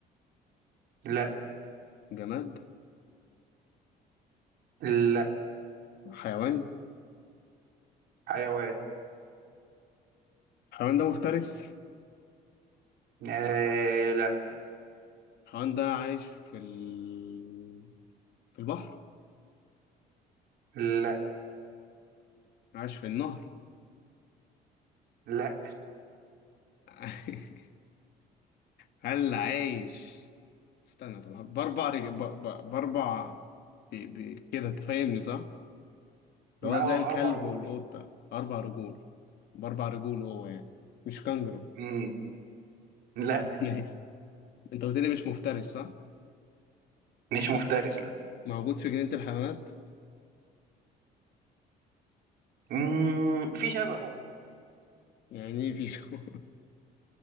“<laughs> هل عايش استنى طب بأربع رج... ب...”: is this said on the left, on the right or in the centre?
Left